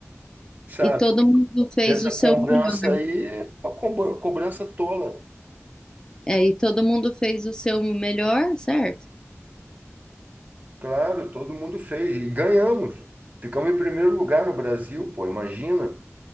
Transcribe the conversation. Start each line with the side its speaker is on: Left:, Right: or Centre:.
Right: sabe,
Left: E todo mundo fez
Right: nessa
Left: o seu
Right: cobrança
Left: melhor.
Right: aí, uma combo- cobrança tola.
Left: É, e todo mundo fez o seu melhor, certo?
Right: Claro, todo mundo fez, e ganhamos. Ficamos em primeiro lugar no Brasil, pô, imagina.